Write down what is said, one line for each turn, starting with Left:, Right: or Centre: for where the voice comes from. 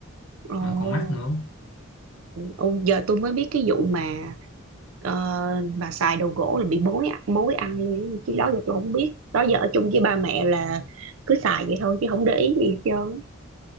Right: Ồ,
Left: mà còn mắc nữa
Right: ồ, giờ tôi mới biết cái vụ mà Ờ, mà xài đồ gỗ là bị mối ạ- mối ăn luôn chứ đó giờ tôi không biết đó giờ ở chung với ba mẹ là cứ xài vậy thôi chứ không để ý gì hết trơn